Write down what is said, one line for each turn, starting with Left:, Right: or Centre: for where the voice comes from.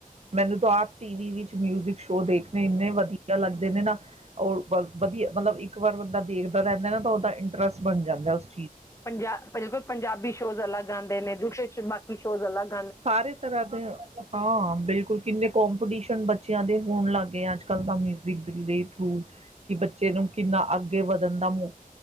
Right: ਮੈਨੂੰ ਤੋ ਆਪ ਟੀ ਵੀ ਵਿੱਚ ਮਿਊਜ਼ਿਕ ਸ਼ੋ ਦੇਖਣੇ ਇੰਨੇ ਵਧੀਆ ਲੱਗ ਦੇ ਨੇ ਨਾ ਔਰ ਬ ਵਧੀਆ--ਮਤਲਬ ਇੱਕ ਵਾਰ ਬੰਦਾ ਦੇਖਦਾ ਰਹਿੰਦੈ ਨਾ ਤਾਂ ਓਹਦਾ ਇੰਟਰਸਟ ਬਣ ਜਾਂਦੈ ਓਸ
Left: ਪੰਜਾ ਬਿਲਕੁਲ ਪੰਜਾਬੀ ਸ਼ੋਜ਼ ਅਲੱਗ ਆਂਦੇ ਨੇ ਦੂਸਰੇ ਚ ਬਾ ਤੇ ਸ਼ੋਜ਼ ਅਲਗ
Right: ਸਾਰੇ ਤਰ੍ਹਾਂ ਦੇ ਹਾਂ ਬਿਲਕੁਲ ਕਿੰਨੇ ਕੋਂਪੀਟੀਸ਼ਨ ਬੱਚਿਆਂ ਦੇ ਹੋਣ ਲੱਗ ਗਏ ਅੱਜ ਕੱਲ ਦਾ ਮਿਊਜਿਕ ਦੇ ਥਰੂ ਕਿ ਬੱਚੇ ਨੂੰ ਕਿੰਨਾ ਅੱਗੇ ਵਧਣ ਦਾ ਮੌ